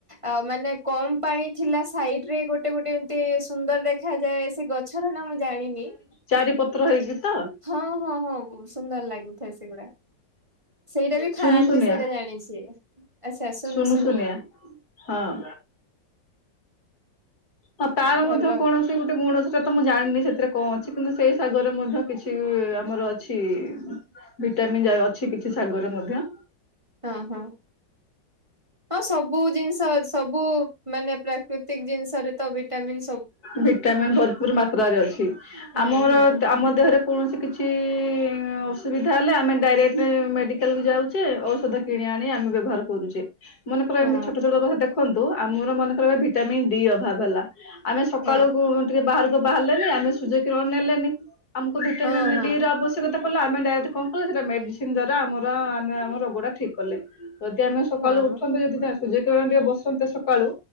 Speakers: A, on the right; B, on the left.
A: ଆ ମାନେ କମ୍ ପାଣି ଥିଲା ସାଇଡ୍‌ ରେ ଗୋଟେ ଗୋଟେ ଏମିତି ସୁନ୍ଦର ଦେଖାଯାଏ ସେ ଗଛ ଗଛର ନା ମୁଁ ଜାଣିନି
B: ଚାରିପତ୍ର ହେଇକି ତ
A: ହଁ ହଁ ହଁ ସୁନ୍ଦର ଲାଗୁଥାଏ ସେଗୁଡା ସେଇଟା ବି
B: ସୁନୁ
A: ଖାଆନ୍ତି
B: ସୁନିଆ
A: ସେଇଟା ଜାଣିଛି ଆଚ୍ଛା ଶୁନୁ
B: ସୁନୁ
A: ଶୁନୁଆ।
B: ସୁନିଆ ହଁ ଆଉ ତାର
A: ଭଲ
B: ମଧ୍ୟ କଣ ସେ ଗୋଟେ ଗୁଣ ସେଟା ତ ମୁଁ ଜାଣିନି ସେଥିରେ କଣ ଅଛି କିନ୍ତୁ ସେଇ ସାଗରେ ମଧ୍ୟ କିଛି ଆମର ଅଛି ଭିଟାମିିନ୍‌ ଯେ ଅଛି କିଛି ଶାଗରେ ମଧ୍ୟ
A: ହଁ ହଁ। ହଁ ସବୁ ଜିନିଷ ସବୁ ମାନେ ପ୍ରାକୃତିକ ଜିନିଷରେ ତ ଭଟାମିନ୍‌
B: ଭିଟାମିନ୍ ଭରପୁର ମାତ୍ରାରେ ଅଛି
A: ହୁଁ
B: ଆମର
A: ହୁଁ
B: ଆମ ଦେହରେ କୌଣସି କିଛି ଅସୁବିଧା ହେଲେ ଆମେ ଡାଇରେକ୍ଟ ମେଡ଼ିକାଲକୁ ଯାଉଛେ ଔଷଧ କିଣି ଆଣି ଆମେ ବ୍ୟବହାର କରୁଛେ ମନେକର
A: ହଁ
B: ଏମିତି ଛୋଟ ଛୋଟ କଥା ଦେଖନ୍ତୁ ଆମର ମନେକର ଭିଟାମନ୍ ଡି ଅଭାବ ହେଲା ଆମେ ସକାଳୁ
A: ହଁ
B: କୁ ଟିକେ ବାହାରକୁ ବାହାରିଲେନି ଆମେ ସୂର୍ଯ୍ୟ କିରଣ ନେଲେନି ଆମକୁ ଭିଟାମିନ୍
A: ହଁ ହଁ
B: ଡି ର ଆବଶ୍ୟକତା କ ଆମେ ଡାଇରକ୍ଟ କଣ କଲେ ସେଟା ମେଡିସିନ ଦ୍ଵାରା ଆମର ଆମେ ଆମ ରୋଗଟା ଠିକ୍ କଲେ ଯଦି ଆମ ସକାଳୁ
A: ହଁ
B: ଉଠନ୍ତେ ଯଦି ତା ସୂର୍ଯ୍ୟ କିରଣରେ ଟିକେ ବସନ୍ତେ ସକାଳୁ